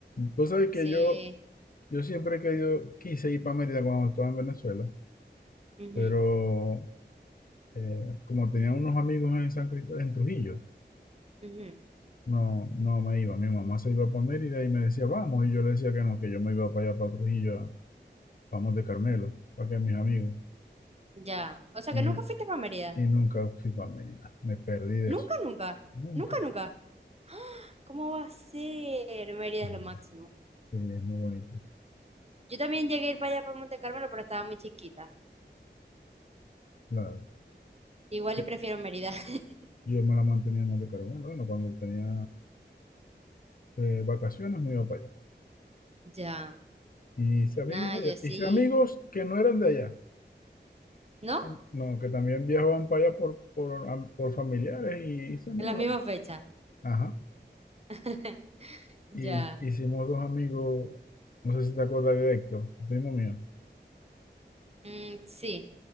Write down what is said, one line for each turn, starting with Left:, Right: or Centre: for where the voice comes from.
Left: Tú sabes que
Right: Sí.
Left: yo, yo siempre he querido, quise ir para Mérida cuando estaba en Venezuela,
Right: ujú,
Left: pero eh, como tenía unos amigos en San Cristóbal, en Trujillo.
Right: ujú,
Left: No, no me iba. Mi mamá se iba para Mérida y me decía, vamos. Y yo le decía que no, que yo me iba para allá, para Trujillo, vamos de Carmelo, para que mis amigos.
Right: Ya. O sea
Left: Y,
Right: que nunca fuiste para Mérida.
Left: y nunca fui para Mérida. Me perdí de
Right: Nunca,
Left: eso.
Right: nunca.
Left: Nunca.
Right: Nunca, nunca. ¿Cómo va a ser? Mérida
Left: Mm.
Right: es lo máximo.
Left: Sí, es muy bonito.
Right: Yo también llegué a ir para allá, para Monte Carmelo, pero estaba muy chiquita.
Left: Claro.
Right: Igual
Left: Yo,
Right: y prefiero Mérida. <laughs>
Left: yo me la mantenía más de Carmelo. Bueno, cuando tenía eh, vacaciones me iba para allá.
Right: Ya.
Left: Y hice amigos
Right: Nada,
Left: allá.
Right: yo sí.
Left: Hice amigos que no eran de allá.
Right: ¿No?
Left: Sí, No, que también viajaban para allá por, por, am- por familiares y hice amigos
Right: En las mismas
Left: allá.
Right: fechas.
Left: Ajá.
Right: <laughs>
Left: Y
Right: Ya.
Left: hicimos dos amigos, no sé si te acuerdas de Héctor, primo mío.
Right: Mm, sí,